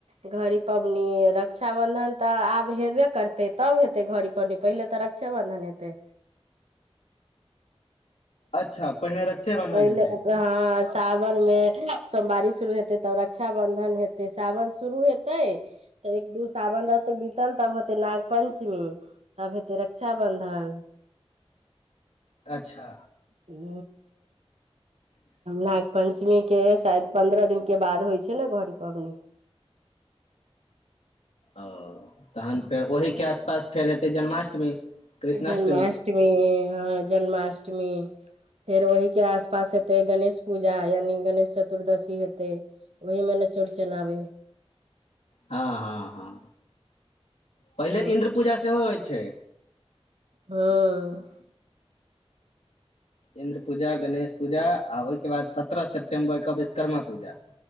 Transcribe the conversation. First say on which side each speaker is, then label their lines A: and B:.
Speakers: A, on the right; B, on the left.
A: घड़ी पबनि रक्षाबन्धन तऽ आब हेबे करतै तब हेतै घड़ी पहिले तऽ रक्षाबंधन हेतै
B: अच्छा पहिने रक्षेबंधन
A: पहिले
B: हेतै
A: हँ सावन मे सोमवारी शुरू हेतै तब रक्षााबंधन हेतै सावन शुरू हेतै तै तब एक दू सावन रहतै बीतल तब होतै नाग पञ्चमी तब हेतै रक्षााबन्धन
B: अच्छा
A: ओ नागपंचमी पञ्चमीके शायद पन्द्रह दिनके बाद होइ छै ने घड़ी पबनी
B: ओ तहन फेर ओहिके आसपास फेर हेतै जन्माष्टमी कृष्णाष्टमी
A: जन्माष्टमी हँ जन्माष्टमी फेर ओहीके आस पास हेतै गणेश पूजा यानि गणेश चतुर्दशी हेतै ओहि मे ने चौरचन आबै
B: हाँ हाँ हाँ पहिले
A: ह
B: इन्द्र पूजा सेहो होइ छै
A: हाँ
B: इन्द्र पूजा गणेश पूजा आ ओहिके बाद सत्रह सेप्टेम्बरके विश्वकर्मा पूजा